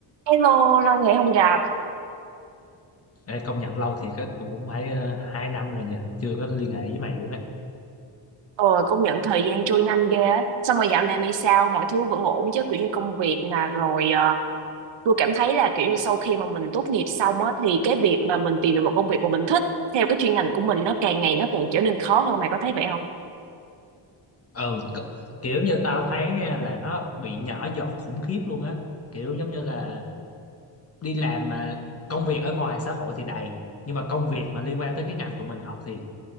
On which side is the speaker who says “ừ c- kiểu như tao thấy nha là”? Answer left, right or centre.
Left